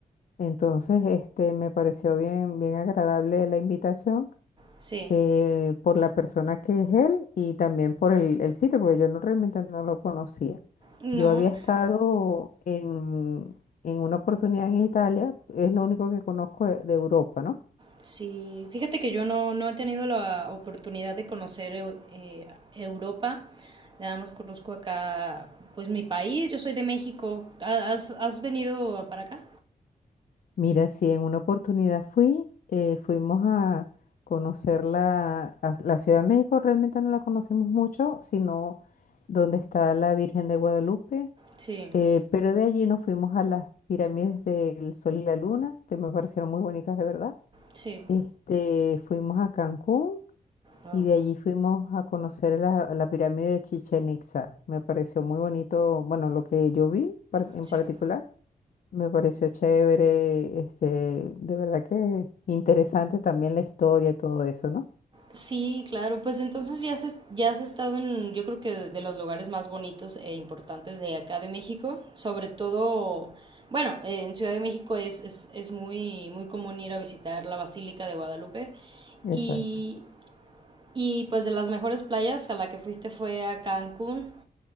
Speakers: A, on the left; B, on the right.
A: Entonces, este, me pareció bien, bien agradable la invitación
B: sí.
A: eh, por la persona que es él y también por el, el sitio, porque yo no, realmente no lo conocía.
B: No,
A: Yo había estado en, en una oportunidad en Italia, es lo único que conozco de de Europa, ¿no?
B: sí. Fíjate que yo no, no he tenido la oportunidad de conocer Eu- eh, Europa. Nada más conozco acá, pues mi país. Yo soy de México. ¿Ha- ¿Has, has venido para acá?
A: Mira, sí, en una oportunidad fui, eh, fuimos a conocer la, a- la Ciudad de México, realmente no la conocimos mucho, sino donde está la Virgen de Guadalupe,
B: Sí,
A: eh, pero de allí nos fuimos a las pirámides del Sol y la Luna, que me parecieron muy bonitas de verdad.
B: sí.
A: Este, fuimos a Cancún
B: Oh,
A: y de allí fuimos a conocer la, la pirámide de Chichen Itza. Me pareció muy bonito, bueno, lo que yo vi par- en
B: sí.
A: particular, me pareció chévere, este, de verdad que interesante también la historia y todo eso, ¿no?
B: Sí, claro, pues entonces ya has, ya has estado en, yo creo que de los lugares más bonitos e importantes de acá de México, sobre todo, bueno, eh, en Ciudad de México es, es, es muy, muy común ir a visitar la Basílica de Guadalupe
A: Exacto.
B: y, y pues de las mejores playas a la que fuiste fue a Cancún.